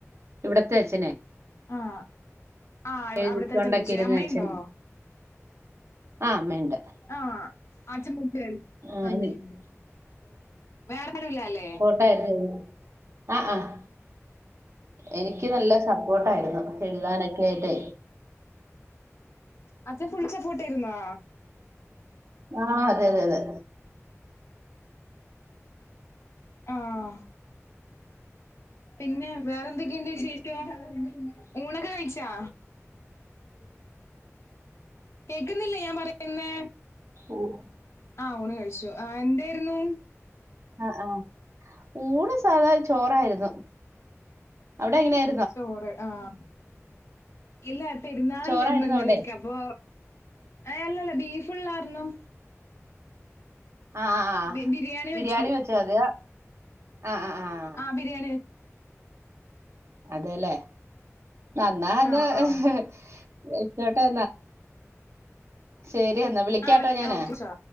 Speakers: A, on the right; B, on the left.
A: ഇവിടത്തെ അച്ഛന
B: ആഹ് ആഹ്
A: എഴുതിക്കൊണ്ടൊക്കെ
B: അവിടത്തെ അച്ഛൻ മരിച്ചു
A: ഇരുന്ന
B: അമ്മയുണ്ടോ
A: അച്ഛൻ ആ അമ്മയുണ്ട്
B: ആഹ് ആച്ചൻമചരിച്ച്
A: ആ
B: അമ്മണ്ട്
A: എനി
B: വേറെരുല്ല അല്ലേ
A: <unintelligible> ആഹ് ആഹ് എനിക്ക് നല്ല സപ്പോർട്ട ആയിരുന്നു എഴുതാനൊക്കെ ഇത്
B: അച്ഛൻ ഫുൾ സപ്പോട്ട്യിരുന്നാ
A: ആഹ് അതെ അതെ അതെ
B: ആഹ് പിന്നെ വേറെന്തൊക്കെയുണ്ട് വിശേഷം ഊണൊക്കെ കഴിച്ചാ കേക്ക്ന്നില്ലേ ഞാൻ പറയ്ന്നെ?
A: ഓഹ്
B: ആഹ് ഊണ് കഴിച്ചു ആഹ് എന്തെര്ന്നു?
A: ആഹ് ആഹ് ഊണ് സ് സാധാ ചോറായിര്ന്നു അവിടെ എങ്ങനെയാ
B: ചോറ് ആഹ് ഇല്ല പെരുന്നാളെല്ലേര്ന്നു
A: ചോറായിരുന്നോ
B: ഇന്നലെയെക്കെ
A: അവിടെ
B: അപ്പൊ ഏഹ് അല്ലല്ല ബീഫ്ള്ളാര്ണം
A: ആഹ് ആഹ് ആഹ്
B: ബി
A: ബിരിയാണി
B: വെച്ചു
A: വെച്ചോ അത് ആഹ് ആഹ് ആഹ്
B: ബിരിയാണി
A: അതെല്ലേ ഇന്ന അത്
B: ആഹ് ആഹ്
A: ഇഹ് ഇഹ് കേട്ടോ ശെരി എന്നാ വിളിക്കാട്ടോ
B: ആഹ് വെക്ക
A: ഞാന്
B: ഓക്കെ ചോളാം